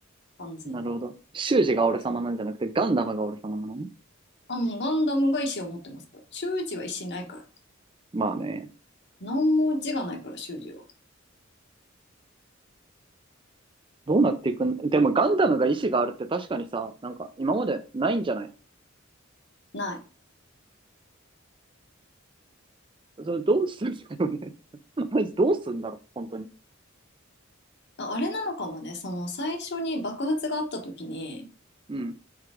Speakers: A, on the left; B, on the right.
A: 完全に。
B: なるほど。修士が俺様なんじゃなくて、
A: そう。
B: ガンダムが俺様なのね。
A: あ、もうガンダムが意志を持ってますから。修二は意志ないから。
B: まあね。
A: 何も字がないから、修二は。
B: どうなっていくん、でもガンダムが意志があるって確かにさ、なんか今までないんじゃない
A: ない。
B: それどうするんだろうね。<laughs> マジどうするんだろう、本当に。
A: ああれなのかもね、その最初に爆発があった時に、
B: うん、